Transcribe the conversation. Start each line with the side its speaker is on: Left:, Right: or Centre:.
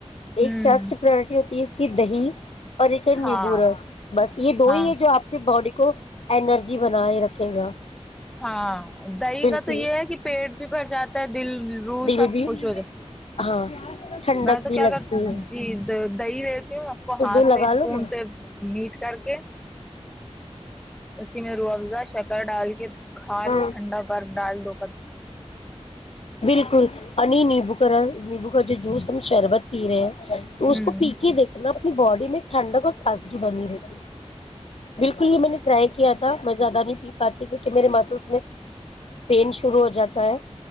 Left: ایک
Centre: ہوں
Left: فسٹ پرورٹی ہوتی دہی <inaudible> اور ایک ہے
Centre: ہاں
Left: نیبورس بس یہ دو
Centre: ہاں
Left: ہی ہے جو آپ کے باڈی ک <inaudible> اینرجی بنا ہی رکھے گا
Centre: ہاں <inaudible> دہی
Left: بالکل
Centre: کا تو یہ ہے کہ پیٹ بھی بھر جاتا ہے دل روح
Left: دل
Centre: سب
Left: بھی
Centre: خوش ہو جات
Left: ہاں <inaudible>
Centre: میں تو
Left: بھی
Centre: کیا
Left: لگتی
Centre: کر
Left: ہے
Centre: جی دہی دیتی ہوں اس کو
Left: تو
Centre: ہاتھ
Left: دو
Centre: سے
Left: لگا
Centre: اسپون
Left: لو نا
Centre: سے میٹ کر کے اسی میں روح افزا شکر ڈال کے کھ
Left: ہاں
Centre: لو ٹنڈا برف ڈال دوو
Left: بالکل <inaudible> ا بو کرا نمبو کا جوس تم شربت پی رہے ہیں تو
Centre: ہوں
Left: اس کو پی کے دیکھنا اپنی باڈی میں ھنڈ کر تازگی بنی رہتی ہے بالکل یہ میں نے ٹرائی کیا میں زیادہ نہیں پی پاتی کی کہ میرے مسلس میں پین شروع ہو جاتا ہے